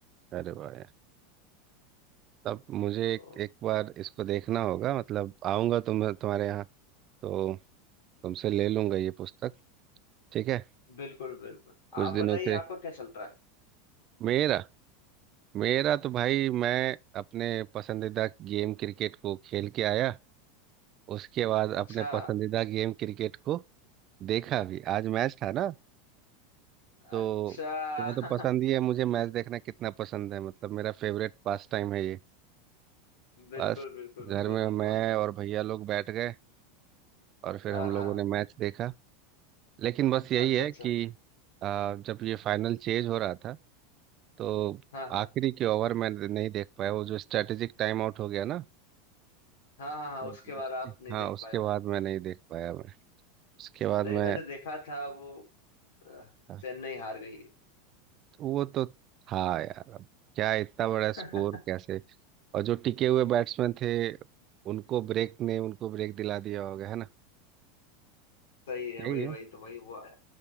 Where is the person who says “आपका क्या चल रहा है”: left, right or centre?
Left